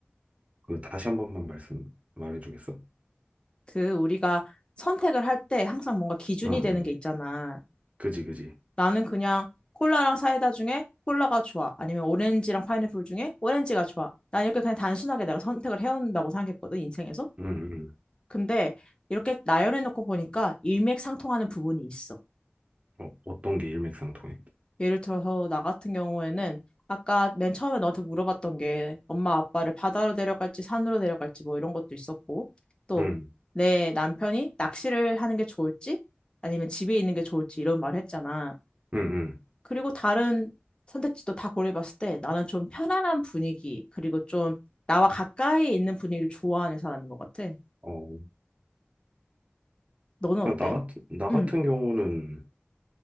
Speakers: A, on the right (about 35°); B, on the left (about 25°).
A: 그 다시 한 번만 말씀 말해주겠어?
B: 그 우리가 선택을 할 때 항상 뭔가 기준이
A: 응,
B: 되는
A: 응.
B: 게 있잖아.
A: 그지, 그지.
B: 나는 그냥 콜라랑 사이다 중에 콜라가 좋아. 아니면 오렌지랑 파인애플 중에 오렌지가 좋아. 난 이렇게 그냥 단순하게 내가 선택을 해온다고 생각했거든, 인생에서.
A: 응, 응.
B: 근데 이렇게 나열해놓고 보니까 일맥상통하는 부분이 있어.
A: 어, 어떤 게 일맥상통해?
B: 예를 들어서 나 같은 경우에는 아까 맨 처음에 너한테 물어봤던 게 엄마 아빠를 바다로 데려갈지 산으로 데려갈지 뭐 이런 것도 있었고 또
A: 응,
B: 내 남편이 낚시를 하는 게 좋을지 아니면 집에 있는 게 좋을지 이런 말을 했잖아.
A: 응, 응.
B: 그리고 다른 선택지도 다 고려해봤을 때 나는 좀 편안한 분위기, 그리고 좀 나와 가까이 있는 분위기를 좋아하는 사람인 것 같아.
A: 어,
B: 너는 어때?
A: 그냥 나 같은 나 같은
B: 음.
A: 경우는